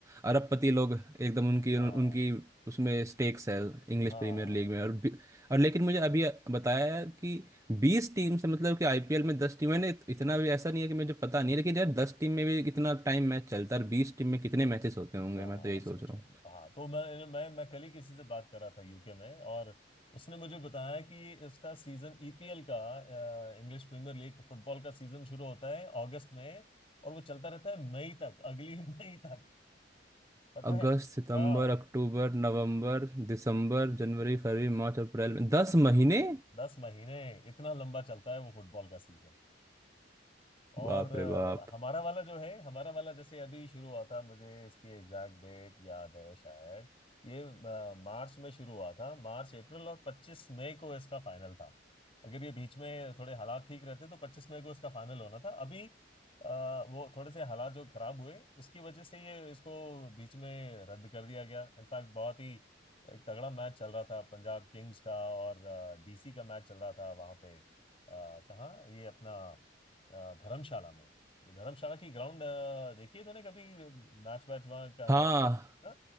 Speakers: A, on the right; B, on the left.
A: अरबपति लोग एकदम उनकी
B: हाँ
A: उनकी उसमें स्टेक्स है इंग्लिश
B: हाँ
A: प्रीमियर लीग में और बी- और लेकिन मुझे अभी बताया कि बीस टीम से मतलब कि आईपीएल में दस टीम मैंने इत- इतना भी ऐसा नहीं है कि मुझे पता नहीं है लेकिन यार दस टीम में भी कितना टाइम मैच चलता है और बीस टीम में कितने मैचेस होते होंगे
B: हाँ
A: मैं तो यही
B: सोचो
A: सोच रहा
B: हाँ तो मैं मैं मैं कल ही किसी से बात कर रहा था यूके में और उसने मुझे बताया कि इसका सीजन ईपीएल का इंग्लिश प्रीमियर लीग फुटबॉल का सीजन शुरू होता है अगस्त में और वो चलता रहता है मई तक अगली <laughs> मई तक पता
A: अगस्त
B: है
A: सितंबर
B: हाँ
A: अक्टूबर नवंबर दिसंबर जनवरी फरवरी मार्च अप्रैल में दस महीने
B: दस महीने इतना लंबा चलता है वो फुटबॉल का सीजन। और
A: बाप
B: अ,
A: रे बाप
B: हमारा वाला जो है हमारा वाला जैसे अभी शुरू हुआ था मुझे इसकी एग्जैक्ट डेट याद है शायद ये अ, मार्च में शुरू हुआ था मार्च अप्रैल और पच्चीस मई को इसका फाइनल था अगर ये बीच में थोड़े हालात ठीक रहते तो पच्चीस मई को इसका फाइनल होना था अभी अ, वो थोड़े से हालात जो खराब हुए उसकी वजह से ये इसको बीच में रद्द कर दिया गया इनफैक्ट बहुत ही एक तगड़ा मैच चल रहा था पंजाब किंग्स का और डीसी का मैच चल रहा था वहां पे अ, कहाँ ये अपना अ, धर्मशाला में धर्मशाला की ग्राउंड देखिए तूने कभी मैच वैच वहाँ का
A: हाँ
B: है ना